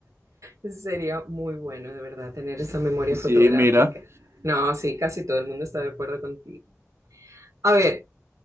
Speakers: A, on the right; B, on the right.
A: Sería muy bueno, de verdad, tener esa memoria
B: Y sí,
A: fotográfica.
B: mira.
A: No, sí, casi todo el mundo está de acuerdo contigo. A ver,